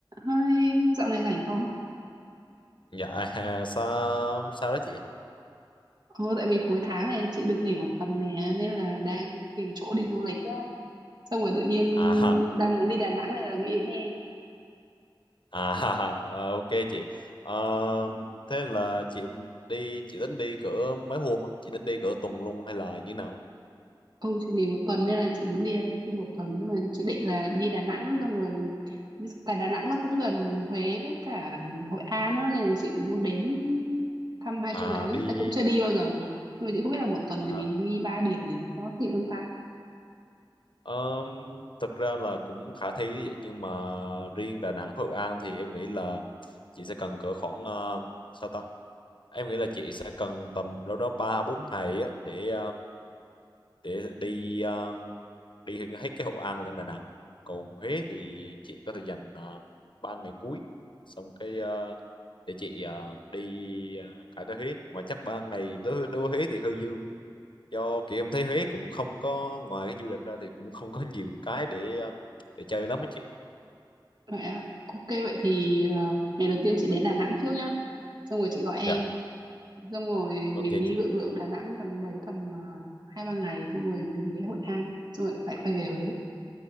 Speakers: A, on the right; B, on the left.
A: Hai dạo này rảnh không?
B: Dạ <laughs> ha, sao sao đó chị?
A: Ờ, tại vì cuối tháng này chị được nghỉ một tuần nè nên là đang tìm chỗ đi du lịch á. Xong rồi tự nhiên
B: À ha,
A: đang muốn đi Đà Nẵng này là nghĩ đến em.
B: à ha, ha, ờ, ok chị. Ờ, thế là chị đi chị tính đi cỡ mấy hôm á? Chị tính đi cỡ tuần luôn hay là như thế nào? á?
A: Ừ, chị nghỉ một tuần nên là chị muốn đi đi một tuần nhưng mà chị định là đi Đà Nẵng xong rồi tại Đà Nẵng nó cũng gần Huế với cả Hội An á nên là chị cũng muốn đến thăm hai
B: À
A: chỗ đấy.
B: đi
A: Ta cũng chưa đi bao giờ.
B: à,
A: Nhưng mà chị không biết là một tuần
B: à,
A: thì mình đi ba điểm này nó có tiện không ta?
B: ờm, thực ra là cũng khả thi đấy chị, nhưng mà riêng Đà Nẵng và Hội An thì em nghĩ là chị sẽ cần cỡ khoảng ờ, sao ta? Em nghĩ là chị sẽ cần tầm đâu đó 3 4 ngày á để để đi ờ, đi hết cái Hội An lên Đà Nẵng còn Huế thì chị có thể dành uh, 3 ngày cuối xong cái ờ, để chị ờ, đi ờ, cả cái Huế mà chắc 3 ngày đối đối với Huế thì hơi dư do kiểu em thấy Huế cũng không có ngoài cái du lịch ra thì cũng không có nhiều cái để ờ, để chơi lắm á chị
A: Vậy á. Ok vậy thì ờ, ngày đầu tiên chị đến Đà Nẵng trước nhá. Xong rồi chị gọi em
B: dạ
A: xong rồi
B: ok
A: mình đi
B: chị
A: lượn lượn Đà Nẵng tầm đấy tầm à, hai ba ngày xong rồi mình ghé Hội An xong rồi lại quay về Huế